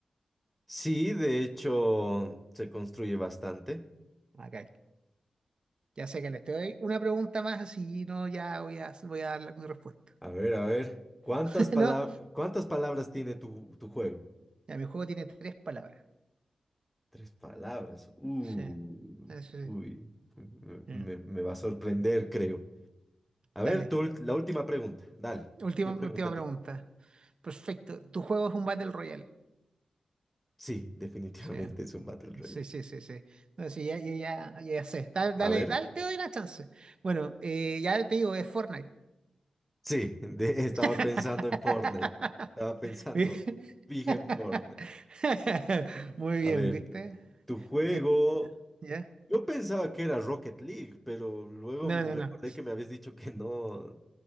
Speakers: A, in the centre; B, on the right.
A: Sí, de hecho, se construye bastante.
B: Acá. Ya sé que les te doy una pregunta más, así no, ya voy a, voy a dar la- mi respuesta.
A: A ver, a ver. ¿Cuántas
B: <laughs>
A: palabras,
B: ¿no?
A: cuántas palabras tiene tu, tu juego?
B: Ya, mi juego tiene tres palabras.
A: Tres palabras. Uy,
B: Sí, eso sí.
A: uy. Me,
B: Mm.
A: me va a sorprender, creo. A ver,
B: Dale.
A: tu ult- la última pregunta. Dale.
B: Última,
A: ¿Qué pregunta
B: última pregunta.
A: tiene?
B: Perfecto. Tu juego es un Battle Royale.
A: Sí, <laughs> definitivamente
B: Sí,
A: es un Battle Royale.
B: sí, sí, sí, sí. No, sí, ya, ya, ya, ya sé. Da- Dale,
A: A ver.
B: dale, te doy una chance. Bueno, eh, ya te digo, es Fortnite.
A: Sí, de- estaba
B: <laughs>
A: pensando en Fortnite. Estaba pensando,
B: Vi-
A: fija
B: <laughs>
A: en Fortnite.
B: Muy bien,
A: A ver,
B: ¿viste?
A: tu juego.
B: Yo- ¿Ya?
A: Yo pensaba que era Rocket League, pero luego
B: No, no,
A: recordé
B: no.
A: que me habías dicho que no,